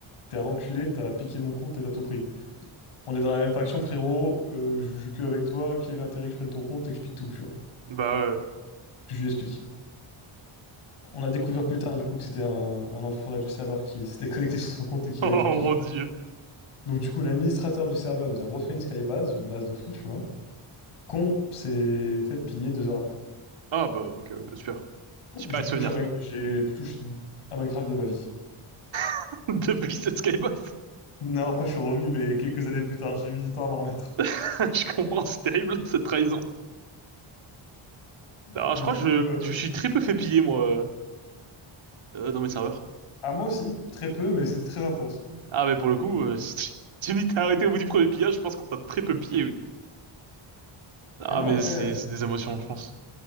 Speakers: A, on the left; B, on the right.
A: t'es un enculé, t'as piqué mon compte et t'as tout pris. On est dans la même faction, frérot, euh, je joue que avec toi, quel est l'intérêt que je prenne ton compte? T'expliques tout, tu vois.
B: Bah ouais.
A: Je lui explique. On a découvert plus tard, du coup, que c'était un, un enfoiré du serveur qui s'était <laughs> connecté sur son compte
B: <laughs>
A: et qui
B: Oh
A: avait tout piqué.
B: mon Dieu.
A: Donc du coup, l'administrateur du serveur nous a refait une skybase, une base de fou, tu vois, qu'on s'est fait piller deux heures après.
B: Ah bah ok, ouais, bah, super. Super
A: J'ai plus
B: souvenir.
A: touché à, Mi- j'ai plus touché à Minecraft de ma vie.
B: <laughs> Depuis cette Skybox.
A: Non, après je suis revenu, mais quelques années plus tard, j'ai mis du temps à m'en remettre.
B: <laughs> Je comprends, c'est terrible, cette trahison. Alors,
A: Donc
B: je crois
A: du
B: que je,
A: coup, euh,
B: je suis très peu fait piller, moi, euh, euh, dans mes serveurs.
A: à moi aussi, très peu, mais c'était très intense.
B: Ah mais pour le coup, euh, <laughs> si tu- tu me dis que t'as arrêté au bout du premier pillage, je pense qu'on t'a très peu pillé, oui. Ah
A: Et non,
B: mais
A: après,
B: c'est c'est des émotions, je pense.